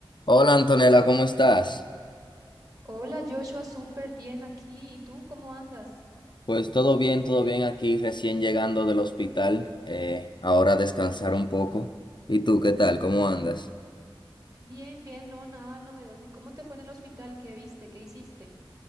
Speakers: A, on the left; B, on the right.
A: Hola Antonella, ¿cómo estás?
B: Hola Joshua, súper bien aquí. ¿Y tú cómo andas?
A: Pues todo bien, todo bien aquí, recién llegando del hospital, eh, ahora a descansar un poco. ¿Y tú qué tal? ¿Cómo andas?
B: Bien, bien, no, nada novedoso. ¿Y cómo te fue en el hospital? ¿Qué viste? ¿Qué hiciste?